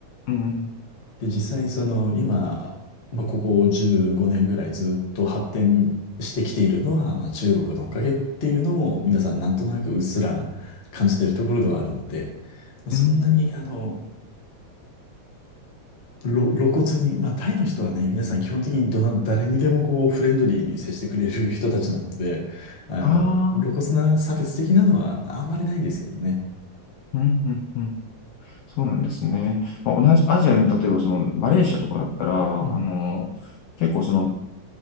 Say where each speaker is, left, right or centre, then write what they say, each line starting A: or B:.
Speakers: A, on the left; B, on the left.
A: うん、
B: で、実際、その、今、まあ、ここ15年ぐらいずっと発展してきているのは、まあ、中国のおかげっていうのも、皆さんなんとなくうっすら感じているところではあるので、まあそんなに、
A: うん、
B: あの、ろ露骨に、まあ、タイの人はね、皆さん基本的にどな、誰にでもこう、フレンドリーに接してくれる人たちなので、あの、
A: あ
B: 露骨な差別的なのは、
A: あ、
B: まあ、あんまりないんですけどね。
A: うん、うん、うん。そうなんですね。まあ、同じアジアの、例えばそのマレーシアとかだったら、あの、
B: うん。
A: 結構その